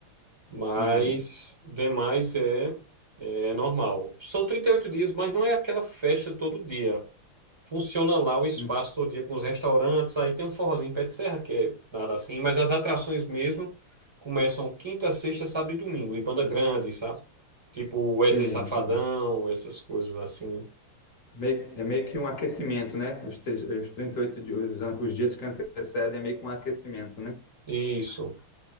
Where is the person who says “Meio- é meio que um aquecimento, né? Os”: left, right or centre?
Left